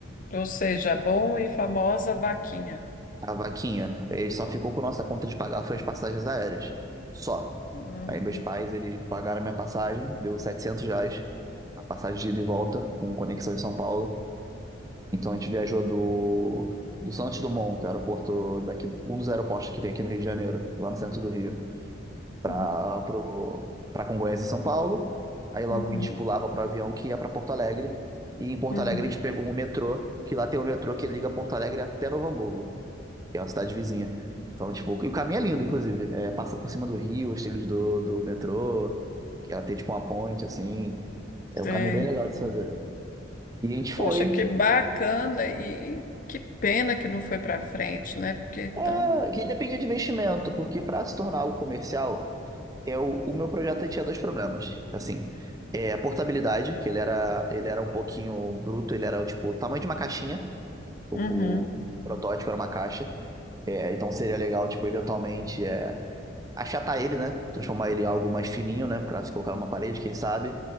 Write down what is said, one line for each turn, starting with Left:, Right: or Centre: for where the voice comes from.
Left: Ou seja, a bom e famosa vaquinha.
Right: A vaquinha, ele só ficou por nossa conta de pagar foi as passagens aéreas. Só.
Left: Hum,
Right: Aí meus pais, eles pagaram minha passagem, deu 700 reais, a passagem de ida e volta, com conexão em São Paulo. Então a gente viajou do, do Santos Dumont, que é o aeroporto daqui, um dos aeroportos que tem aqui no Rio de Janeiro, lá no centro do Rio, para
Left: Uhum,
Right: para Congonhas em São Paulo. Aí logo
Left: uhum,
Right: a gente pulava para o avião que ia para Porto Alegre. E em Porto
Left: uhum,
Right: Alegre a gente pegou um metrô, que lá tem um metrô que liga Porto Alegre até Novo Hamburgo, que é uma cidade vizinha. Então, tipo, e o caminho é lindo, inclusive. É, passa por cima do rio, os trilhos do, do metrô, que ela tem tipo uma ponte, assim. É
Left: sei.
Right: um caminho bem legal de se fazer. E a gente foi.
Left: Poxa, que bacana e que pena que não foi para frente, né? Porque
Right: É,
Left: tão.
Right: que depende de investimento, porque para se tornar algo comercial, eu, o meu projeto tinha dois problemas. Assim, é a portabilidade, que ele era, ele era um pouquinho bruto, ele era tipo o tamanho de uma caixinha. O,
Left: Uhum,
Right: o protótipo era uma caixa. É, então seria legal, tipo, eventualmente é, achatar ele, né? Transformar ele em algo mais fininho, né? Pra se colocar numa parede, quem sabe.